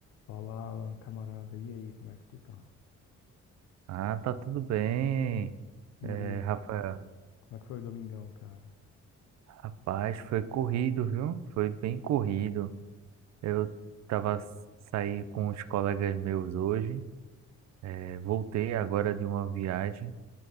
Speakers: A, on the left (about 75°); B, on the right (about 65°).
A: Fala, Alan, camarada. E aí, como é que tu tá?
B: Ah, tá tudo bem,
A: E
B: é,
A: aí,
B: Rafael.
A: como é que foi o domingão, cara?
B: Rapaz, foi corrido, viu? Foi bem corrido. Eu tava s- saí com os colegas meus hoje. é, voltei agora de uma viagem,